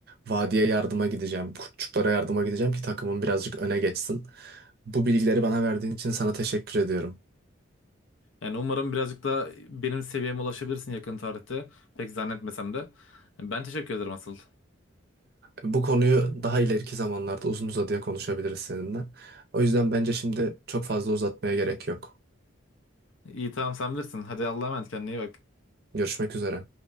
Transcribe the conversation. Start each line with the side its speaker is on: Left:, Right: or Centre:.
Right: Vadiye yardıma gideceğim. Kurtçuklara yardıma gideceğim ki takımım birazcık öne geçsin. Bu bilgileri bana verdiğin için sana teşekkür ediyorum.
Left: Yani umarım birazcık da benim seviyeme ulaşabilirsin yakın tarihte. Pek zannetmesem de. Ben teşekkür ederim asıl.
Right: Bu konuyu daha ileriki zamanlarda uzun uzadıya konuşabiliriz seninle. O yüzden bence şimdi çok fazla uzatmaya gerek yok.
Left: İyi tamam sen bilirsin. Hadi Allah'a emanet kendine iyi bak.
Right: Görüşmek üzere.